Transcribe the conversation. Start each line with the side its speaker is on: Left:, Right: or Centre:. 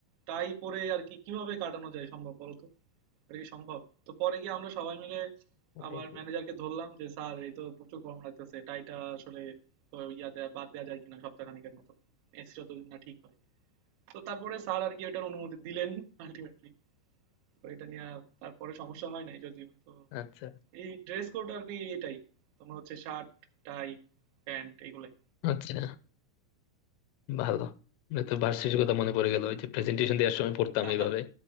Right: টাই পরে আর কি কিভাবে কাটানো যায় সম্ভব বলো তো এটা কি সম্ভব তো পরে গিয়ে আমরা সবাই মিলে
Left: ওটাই
Right: আবার
Left: তো।
Right: ম্যানেজারকে ধরলাম যে স্যার এই তো প্রচুর গরম লাগতেছে টাইটা আসলে তো ইয়া দেয়া বাদ দেওয়া যায় কিনা সপ্তাহখানেকের মতো এসি যতদিন না ঠিক হয় তো তারপরে স্যার আর কি এটার অনুমতি দিলেন আলটিমেটলি তো এটা নিয়ে তারপরে সমস্যা হয় নাই যদিও তো
Left: আচ্ছা
Right: এই ড্রেস কোড আর কি এটাই তোমার হচ্ছে শার্ট টাই প্যান্ট এগুলাই
Left: আচ্ছা ভালো মানে তো ভার্সিটির কথা মনে পড়ে গেল ওই যে প্রেজেন্টেশন দেওয়ার সময় পড়তাম
Right: <laughs>
Left: এইভাবে